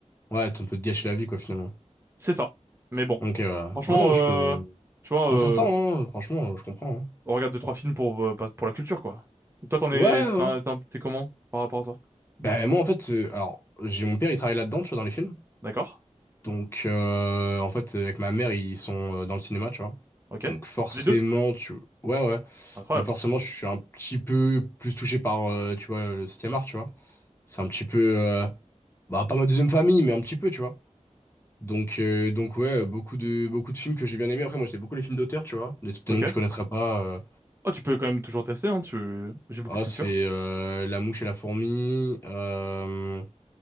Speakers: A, on the left; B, on the right.
A: Ouais, t'as un peu de gâcher la vie quoi finalement.
B: C'est ça. Mais bon,
A: Donc, euh,
B: franchement,
A: ouais, non, mais
B: euh,
A: je peux.
B: tu vois,
A: Ça
B: euh,
A: s'entend, hein, franchement, euh, je comprends. hein.
B: on regarde deux trois films pour euh, bah, pour la culture, quoi. Et toi, t'en es,
A: Ouais, ouais.
B: t'en- t'en- t'es comment par rapport à ça?
A: Ben, moi, en fait, euh, alors, j'ai mon père, il travaille là-dedans, tu vois, dans les films.
B: D'accord.
A: Donc, euh, en fait, avec ma mère, ils sont euh, dans le cinéma, tu vois.
B: Ok.
A: Donc, forcément,
B: Les deux.
A: tu. Ouais, ouais.
B: C'est incroyable.
A: Donc, forcément, je suis un petit peu plus touché par, euh, tu vois, le 7 art, tu vois. C'est un petit peu. euh, Bah, pas ma deuxième famille, mais un petit peu, tu vois. Donc, euh, donc ouais, beaucoup de, beaucoup de films que j'ai bien aimés. Après, moi, j'ai beaucoup les films d'auteur, tu vois. Des des
B: Ok.
A: noms que tu connaîtrais pas. euh,
B: Oh, tu peux quand même toujours tester, hein. Tu, j'ai beaucoup
A: Oh
B: de culture.
A: c'est euh, La mouche et la fourmi. euh,